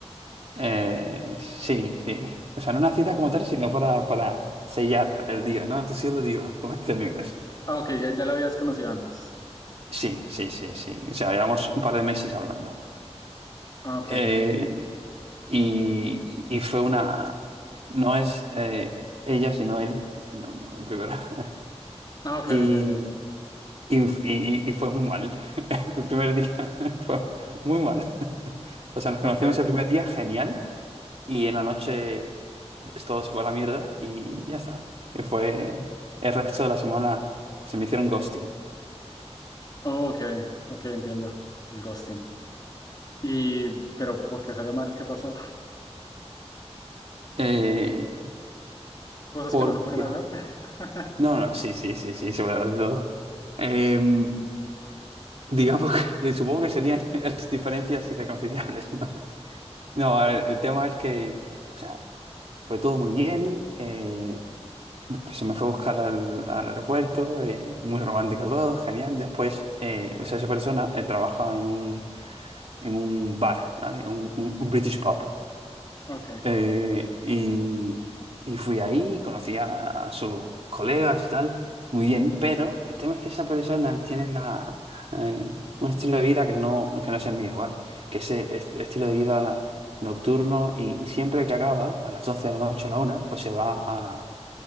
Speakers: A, on the right; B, on the left.
A: Eh, sí, sí. O sea, no una cita como tal, sino para, para sellar el día, ¿no? To seal the deal, <laughs> como dicen en inglés.
B: Ah, ok, ya, ya la habías conocido antes.
A: Sí, sí, sí, sí. O sea, llevamos un par de meses hablando.
B: Ah, ok,
A: Eh,
B: ok, ok.
A: y, y fue una... No es eh, ella, sino él, no, en primero. <laughs>
B: Ah, ok,
A: Y,
B: ok, ok, ok,
A: y, y- y fue muy mal. <laughs> El primer día <laughs> fue muy mal. O sea, nos conocimos
B: ok,
A: el primer día, genial. Y en la noche es- todo se fue a la mierda y ya está. Y fue... El resto de la semana se me hicieron ghosting.
B: Oh, ok, ok, entiendo el ghosting. Y, pero ¿por qué salió mal? ¿Qué pasó?
A: Eh,
B: <laughs> Cosas
A: porque...
B: que no se pueden hablar. <laughs>
A: No, no, sí, sí, sí, sí, sobre de todo. Em, digamos que <laughs> supongo que serían <laughs> las diferencias irreconciliables, ¿no? No, a ver, el tema es que, o sea, fue todo muy bien, eh, se me fue a buscar al, al aeropuerto, eh, muy romántico todo, genial. Después, eh, o sea, esa persona eh, trabaja en un, en un bar, ¿vale? Un, un- un British pub.
B: Ok,
A: Eh, y, y fui ahí, conocí a, a sus colegas y tal, muy bien, pero el tema es que esa persona tiene la, eh, un estilo de vida que no, que no es el mío, ¿vale? Que ese est- estilo de vida nocturno y, y siempre que acaba, a las 12 de la noche o a la una, pues se va a,